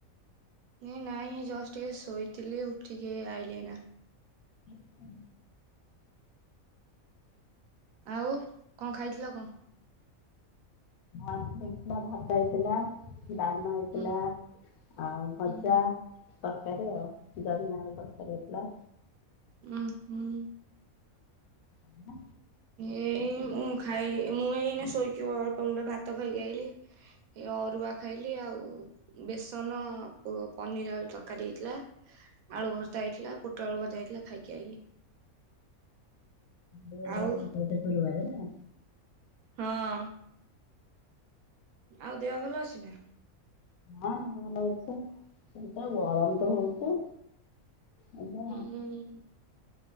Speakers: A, on the right; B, on the left.
A: ନଁ ନାଇଁ ଜଷ୍ଟ ଏ ସୋଇଥିଲି ଉଠିକ ଏଇ ଆଇଲି ଇନା
B: ହ
A: ଆଉ କଣ ଖାଇ ଲ କଣ?
B: ହେଇଥିଲା ଭାତ ହେଇଥିଲା ଡାଲମା ହେଇଥିଲା
A: ହୁଁ
B: ଆଉ ଭଜା
A: ହୁଁ।
B: ତରକାରୀ ଆଉ ଜହ୍ନି ଆଳୁ ତରକାରି ହେଇଥିଲା
A: ଉଁ ହୁଁ
B: ହଁ
A: ଏଇ ମୁଁ ଖାଇ ମୁଁ ଏଇନା ଶୋଇକି ଅଳ୍ପ ଗୁଣ୍ଡେ ଭାତ ଖାଇକି ଆଇଲି। ଏ ଅରୁଆ ଖାଇଲେ ଆଉ ବେସନ ପ ପନିର ଆଳୁ ତରକାରୀ ହେଇଥିଲା। ଆଳୁ ଭର୍ତ୍ତା ହେଇଥିଲା ପୋଟ ଟଳ ଭଜା ହେଇଥିଲା ଖାଇକି ଆଇଲି।
B: ତୋର
A: ଆଉ
B: ଗୋଟେ ପରିବାର ନା
A: ହଁ ଆଉ ଦେହ ଭଲ ଅଛି ନା?
B: ହଁ ଦେହ ଭଲ ଅଛି ସେଇତ ଗରମ ତ ହଉଛି। ଏଇଟା
A: ହୁଁ।